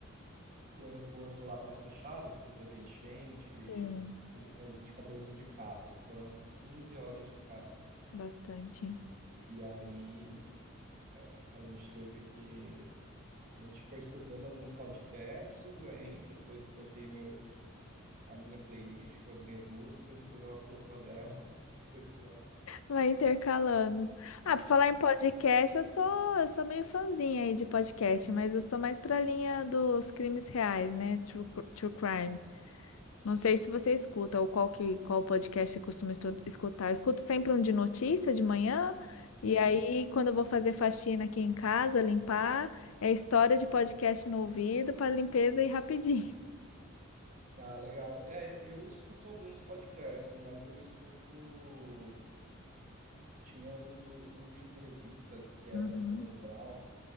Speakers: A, on the right; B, on the left.
A: o aeroporto lá estava fechado porque teve enchente.
B: Sim,
A: A gente acabou indo de carro, foram 15 horas de carro.
B: bastante.
A: E aí a gente teve que a gente foi escutando alguns podcasts, aí depois eu botei meu, a minha playlist com as minhas músicas, depois ela colocou a dela, <laughs> porque senão.
B: Vai intercalando. Ah, pra falar em podcast, eu sou, eu sou meio fãzinha aí de podcast, mas eu sou mais pra linha dos crimes reais, né? True, cr- true crime. Não sei se você escuta ou qual que qual podcast você costuma estu- escutar. Eu escuto sempre um de notícia de manhã, e
A: Uhum.
B: aí quando eu vou fazer faxina aqui em casa, limpar, é história de podcast no ouvido para limpeza e rapidinho.
A: Ah, legal. É, eu escuto alguns podcasts, mas eu escuto. Tinha um, do, um de entrevistas que era
B: Uhum.
A: do Mano Brown.